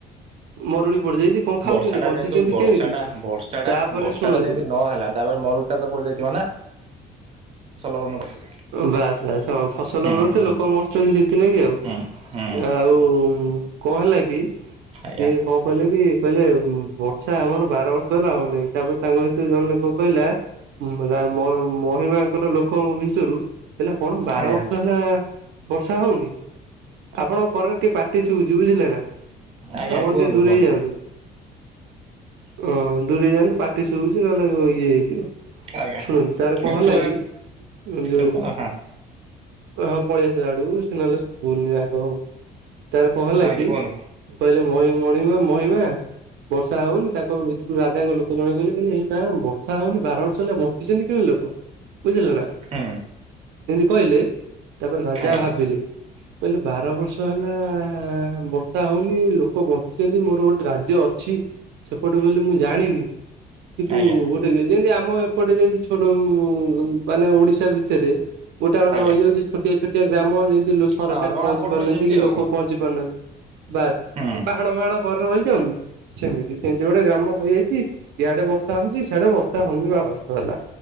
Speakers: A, on the right; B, on the right.
A: ମରୁଡ଼ି ପଡିଯାଇଛି କଣ ଖାଉଛନ୍ତି
B: ବର୍ଷା ଟା
A: ବଞ୍ଚିଛନ୍ତି
B: ଯେହେତୁ ବର୍ଷା
A: କେମିତି
B: ଟା ବର୍ଷା ଟା
A: ତାପରେ
B: ବର୍ଷା
A: ଶୁଣନ୍ତୁ।
B: ଟା ଯେମିତି ନହେଲା ତାପରେ ମରୁଡ଼ି ଟା ତ ପଡି଼ଯାଇଥିବ ନା। <unintelligible>
A: ବାସ୍ ବାସ୍ ହଁ ଫସଲ
B: ହୁଁ
A: <unintelligible>
B: ହୁଁ
A: ଲୋକ ମରୁଚନ୍ତି ସେଥିଲାଗି ଆଉ।
B: ହୁଁ ହୁଁ
A: ଆଉ କଣ ହେଲା କି
B: ଆଜ୍ଞା
A: ସିଏ? କଣ କହିଲେ କି କହିଲେ ବର୍ଷା ଆମର ବାର ବର୍ଷ ହେଲା ହଉନାହିଁ ତାପରେ ତାଙ୍କ ଭିତରୁ ଜଣେ ଲୋକ କହିଲା ମ ମହିମାଙ୍କର ଲୋକ ଭିତରୁ ହେଲା କଣ ବାର
B: ଆଜ୍ଞା
A: ବର୍ଷ ହେଲା ବର୍ଷା ହଉନି ଆପଣଙ୍କ କର ରେ ଟିକେ ପାଟି ଶୁଭୁଛି ବୁଝିଲେ ନା।
B: ଆଜ୍ଞା
A: ଆପଣ
B: କୁହନ୍ତୁ
A: ଟିକେ ଦୂରେଇ
B: କୁହନ୍ତୁ
A: ଯାଆନ୍ତୁ। ହଁ ଦୂରେଇ ଯାଆନ୍ତୁ ପାଟି ଶୁଭୁଛି ନହେଲେ ଇଏ ହେଇଯିବ।
B: ଆଜ୍ଞା
A: ଶୁଣନ୍ତୁ ତାର
B: ଆଜ୍ଞା
A: କଣ ହେଲା
B: ଛୁଆ
A: କି
B: ଖେଳୁଛନ୍ତି
A: ଯୋଉ
B: ହଁ
A: ହଁ ପଳେଇ ଆସିଲା ଆଡ଼କୁ ସେ ନହେଲେ ଶୁଭୁନି <unintelligible> ତାର କଣ ହେଲା
B: ଆଜ୍ଞା
A: କି
B: କୁହନ୍ତୁ
A: କହିଲେ ମହି ମଣିମା ମହିମା। ବର୍ଷା ହଉନି ତାଙ୍କ ଭିତରୁ ରାଜାଙ୍କ ଲୋକ ଜଣେ କହିଲେ କହିଲେ <unintelligible> ବର୍ଷା ହଉନି ବାର ବର୍ଷ ହେଲା ବ <unintelligible> ଲୋକ ବୁଝିଲେ ନା।
B: ହୁଁ।
A: ଏମିତି କହିଲେ ତାପରେ ରାଜା
B: ଆଜ୍ଞା
A: ଭାବିଲେ କହିଲେ ବାର ବର୍ଷ ହେଲା ବର୍ଷା ହଉନି ଲୋକ ବଞ୍ଚିଛନ୍ତି ମୋର ଗୋଟେ ରାଜ୍ୟ ଅଛି। ସେପଟେ ବୋଲି ମୁଁ ଜାଣିନି। କିନ୍ତୁ
B: ଆଜ୍ଞା
A: ଗୋଟେ ଯେମିତି ଆମ ଏପଟେ ଯେମିତି ଛୋଟ ମାନେ ଓଡ଼ିଶା ଭିତରେ ଗୋଟା ଗୋଟେ
B: ଆଜ୍ଞା
A: ରହିଯାଉଛି ଛୋଟିଆ ଛୋଟିଆ ଗ୍ରାମ ଯେମିତି ସରକାର
B: ହଁ ଜଣା
A: ପହଞ୍ଚି
B: ପଡୁନି
A: ପାରୁନାହାନ୍ତି
B: ଯେମିତି
A: କି
B: ଆଉ
A: ଲୋକ ପହଞ୍ଚି ପାରୁନାହାନ୍ତି। ବାସ୍
B: ହୁଁ
A: ଏ ପାହାଡ଼ ଫାହାଡ଼ ଘରେ ରହିଯାଉନି। ସେମିତି ସେମିତି ଗୋଟେ ଗ୍ରାମ ରହିଯାଇଛି ଇଆଡ଼େ ବର୍ଷା ହଉଛି ସିଆଡେ଼ ବର୍ଷା ହଉନି ବାର ବର୍ଷ ହେଲା।